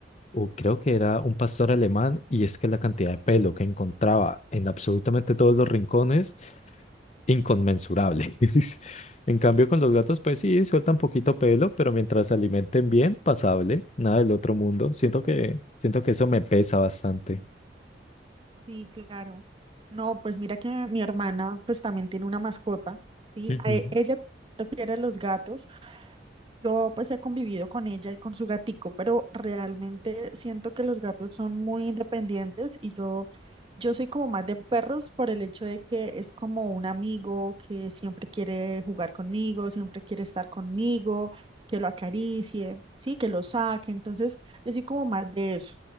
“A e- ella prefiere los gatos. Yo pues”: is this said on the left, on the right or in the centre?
Right